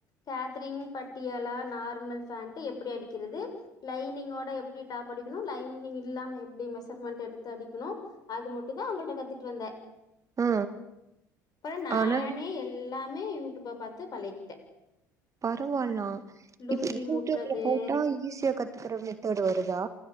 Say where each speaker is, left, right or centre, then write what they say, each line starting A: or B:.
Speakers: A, on the left; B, on the right.
A: கேத்தரிங் பட்டியலா நார்மல் ஃபேண்ட்டு எப்டி அடிக்கிறது லைனிங்கோட எப்டி டாப் அடிக்கணு லைனிங் இல்லாம எப்டி மெஷர்மென்ட் எடுத்து அடிக்கணு அது மட்டு தா அவங்கள்ட்ட கத்துட்டு வந்தே
B: ஆ
A: அப்புறோ நானே
B: ஆனா
A: எல்லாமே யூடியூப்ப பாத்து பழகிட்டே
B: பரவால்லா
A: லுங்கி
B: இப்ப யூடியூப்ல
A: முட்றது
B: போட்டா ஈஸியா கத்துக்கற மெத்தட் வருதா